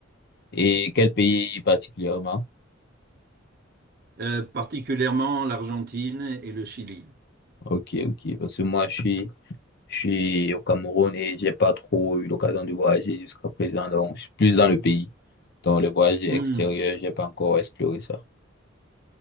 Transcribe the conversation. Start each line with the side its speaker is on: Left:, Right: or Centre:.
Left: Et quel pays particulièrement?
Right: Euh, particulièrement l'Argentine et le Chili.
Left: Ok, ok. Parce que moi, je suis, je suis au Cameroun et j'ai pas trop eu l'occasion de voyager jusqu'à présent. Donc, je suis plus dans le pays. Donc, les voyages extérieurs,
Right: Hmm.
Left: j'ai pas encore exploré ça.